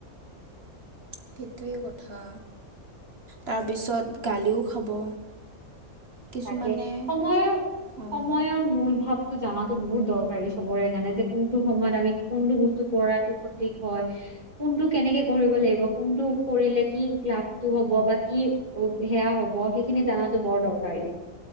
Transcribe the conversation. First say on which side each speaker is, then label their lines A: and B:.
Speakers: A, on the right; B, on the right.
A: <inaudible> সেইটোৱে কথা তাৰপিছত গালিও খাব কিছুমানে
B: তাকে সময়ৰ
A: অঁ
B: সময়ৰ মূল ভাৱ টো জানাতো বহুত দৰকাৰী চবৰে কাৰণে যে কোনটো সময়ত আমি কোনটো বস্তু কৰাতো সঠিক হয় কোনটো কেনেকে কৰিব লাগিব কোনটো কৰিলে কি লাভটো হব বা কি সেয়া হব সেইখিনি জানাতো বৰ দৰকাৰী